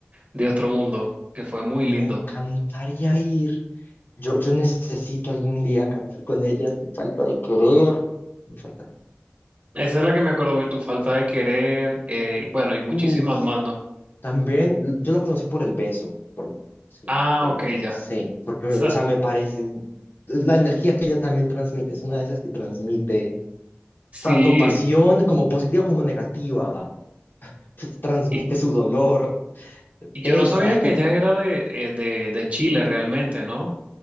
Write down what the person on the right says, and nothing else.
de otro mundo, que fue muy lindo.
Esa es la que me acuerdo, de tu falta de querer, eh, bueno, y muchísimas
más, ¿no?
Ah,
ok,
ya.
Sa-
sí,
y,
y
yo no sabía que ella era de, eh, de, de Chile realmente, ¿no?